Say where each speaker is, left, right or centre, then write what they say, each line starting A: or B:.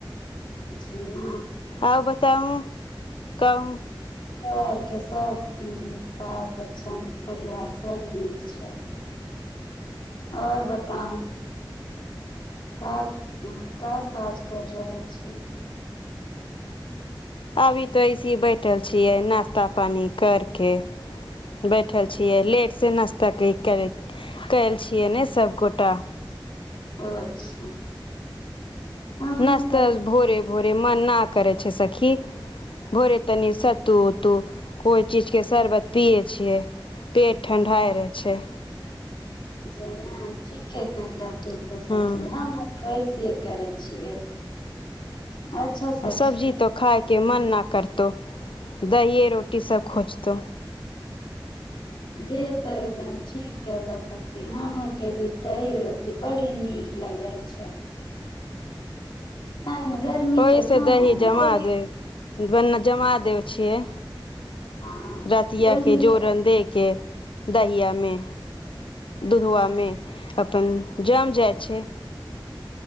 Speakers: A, on the left; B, on the left.
A: जेना
B: आउ बताउ कहू
A: घरके सभ बाल बच्चन परिवार सभ नीक छै आओर बता क का काज कर रहल छै
B: अभी तऽ ऐसे ही बैठल छियै नाश्ता पानी करके बैठल छियै लेट से नाश्ता कल छियै ने सभगोटा
A: अच्छा हमे
B: नास्ता
A: सब
B: भोरे भोरे मनाक करै छै सखि भोरे तनी सत्तू उत्तू कोइ चीजके शर्बत पियै छियै पेट ठणढाइ रहै छै
A: जेना की के टेडुप तब त साखी
B: हँ
A: हम कैसे करै छियै अच्छा सखी
B: आ सब्जी तो खाय के मन नहि करतौ दहिए रोटी सब खोजतौ
A: जे तै एकदम ठीक करल सकी हमर के भी दही रोटी बड़ी नीक लगै छै तहन गर्मी
B: ओहिस
A: के समय
B: दही
A: मे
B: जमा
A: ओहि
B: दे बना जमा देय छियै
A: हँ
B: रतिया
A: गर्मी
B: के जोरन दे के दहियामे दुधबामे अपन जम जाइ छै